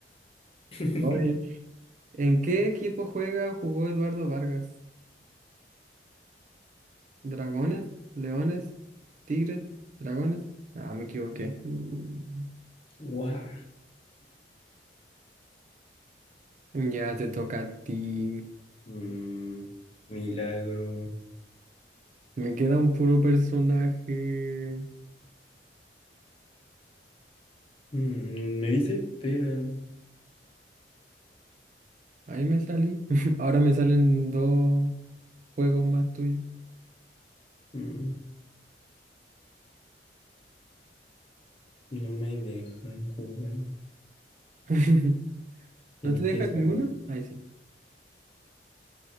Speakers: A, on the left; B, on the right.
A: <laughs>
B: Oye. ¿En qué equipo juega, jugó Eduardo Vargas? ¿Dragones? ¿Leones? ¿Tigres? ¿Dragones? Ah, me equivoqué. Mm.
A: Guau.
B: Ya te toca a ti.
A: Mm, milagro.
B: Me queda un puro personaje.
A: Mm, me dice espera.
B: Ahí me salí. <laughs> Ahora me salen dos juegos más tuyos.
A: Mm, no me dejan jugar.
B: <laughs>
A: Tenés
B: ¿No te dejan
A: que salir.
B: ninguno? Ahí sí.